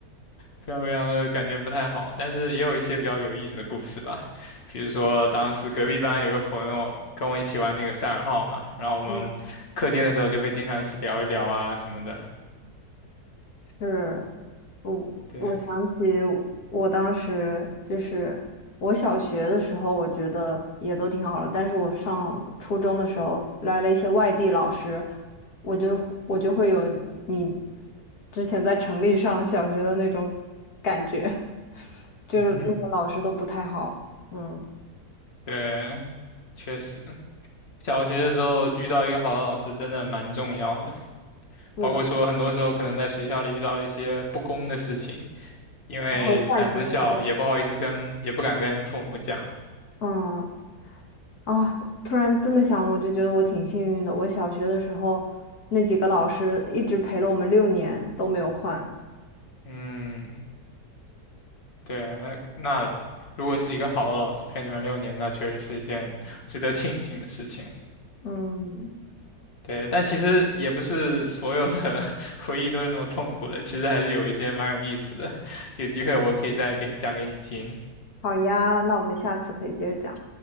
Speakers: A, on the left; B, on the left.
A: 非常非常的感觉不太好，但是也有一些比较有意思的故事吧，比如说当时隔壁班有个朋友跟我一起玩那个赛尔号嘛，然后我们课间的时候就会经常一起聊一聊啊什么的，
B: 嗯，是。我我想起
A: 对，
B: 我当时就是我小学的时候，我觉得也都挺好的，但是我上初中的时候来了一些外地老师，我就我就会有你之前在城里上小学的那种感觉，就是那个老师都不太好，
A: 嗯，
B: 嗯，
A: 对，确实，小学的时候遇到一个好的老师真的蛮重要的，
B: 是的，
A: 包括说很多时候可能在学校里遇到一些不公的事情，因为胆子小也不好意思跟，
B: 他会站出来帮你，
A: 也不敢跟父母讲，
B: 嗯。啊，突然这么想，我就觉得我挺幸运的。我小学的时候，那几个老师一直陪了我们六年都没有换。
A: 嗯。对，那那如果是一个好的老师陪你们六年，那确实是一件值得庆幸的事情。
B: 嗯，
A: 对，但其实也不是所有的 <laughs> 回忆都是那么痛苦的，其实还是有一些蛮有意思的。有机会我可以再给讲给你听。
B: 好呀，那我们下次可以接着讲，